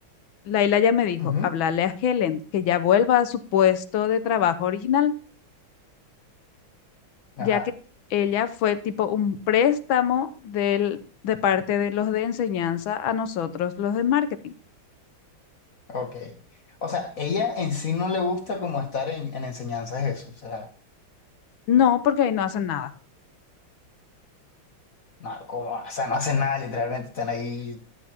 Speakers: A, on the left; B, on the left.
A: Laila ya me dijo,
B: Ujú.
A: hablarle a Helen que ya vuelva a su puesto de trabajo original,
B: Ajá,
A: ya que ella fue tipo un préstamo del, de parte de los de enseñanza a nosotros, los de marketing.
B: ok. O sea, ella en sí no le gusta como estar en, en enseñanzas eso. O sea,
A: No, porque ahí no hacen nada.
B: no, como, o sea, no hacen nada, literalmente están ahí